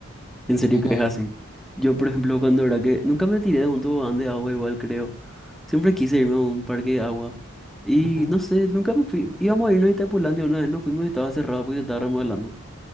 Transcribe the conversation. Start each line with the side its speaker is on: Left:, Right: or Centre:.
Centre: en serio
Left: Me
Centre: que
Left: cagué.
Centre: es así. Yo, por ejemplo, cuando era que nunca me tiré de un tobogán de agua, igual creo. Siempre quise irme a un parque de agua. Y
Left: Ujú.
Centre: no sé, nunca me fui. Íbamos a irnos a Itapulandia una vez, no fuimos y estaba cerrado porque se estaba remodelando.